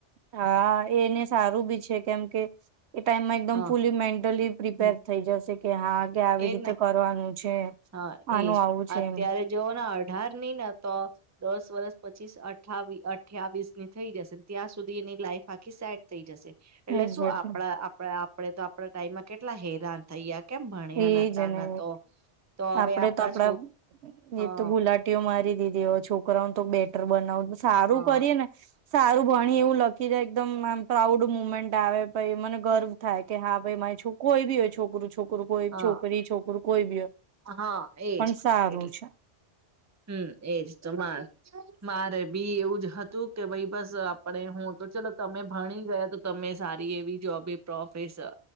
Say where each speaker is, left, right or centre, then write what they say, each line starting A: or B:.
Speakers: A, on the right (about 70°); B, on the right (about 15°).
A: હા, એને સારું બી છે કેમ કે એ ટાઈમમાં એકદમ
B: હા
A: ફુલી મેન્ટલી પ્રિપેર
B: હમ્મ
A: થઈ જશે કે હા કે આવી
B: એ
A: રીતે
B: જ ને
A: કરવાનું છે.
B: હા,
A: આનું
B: એજ
A: આવું છે
B: અત્યારે
A: એમ
B: જવ ને અઢારની ને તો દસ વર્સ પછીસ અઠ અથ્યાવીસ ની થઈ જશેને ત્યાં સુધી એની લાઈફ આખી સેટ થઈ જશે એટલે
A: એક્ઝેક્ટ
B: શું આપણા આપણા આપડે તો આપણા ટાઈમમાં કેટલા હેરાન થઈ કેમ ભણ્યા
A: એજ
B: નતા
A: ને
B: ન તો તો હવે
A: આપડે તો આપડા,
B: છો હા
A: એ તો ગુલાટીઓ મારી દીધી હવે છોકરાઓને તો બેટર બનાવ સારું
B: હા
A: કરીએ ને સારું ભણી એવું લખી જાય એકદમ આમ પ્રાઉડ મુમેન્ટ આવે ભઈ મને ગર્વ થાય કે હા ભાઈ મા કોઈ બી હોય છોકરું કોઇભી હોય
B: હા
A: છોકરી છોકરો કોઈ બી
B: હા એજ
A: પણ સારું
B: એટલે
A: છે
B: હમ એજ તો મારે બી એવું જ હતું કે ભાઈ બસ આપણે હું તો ચલો તમે ભણી ગયા તો તમે સારી એવી જોબ એ પ્રોફેસર